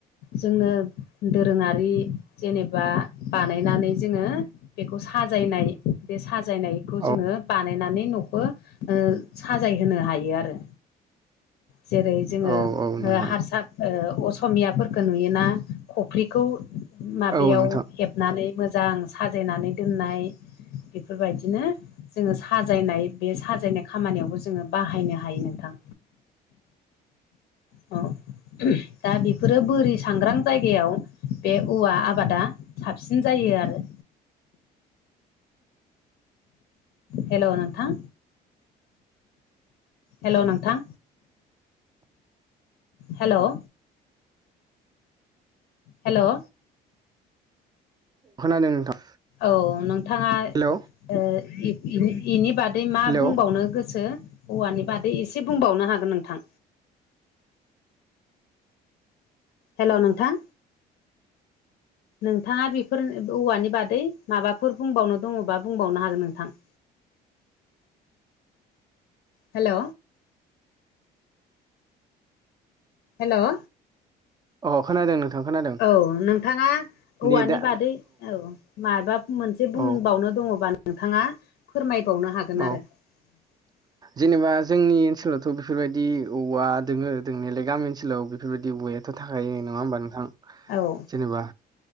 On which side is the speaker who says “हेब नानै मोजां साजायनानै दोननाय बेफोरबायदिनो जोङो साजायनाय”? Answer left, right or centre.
Left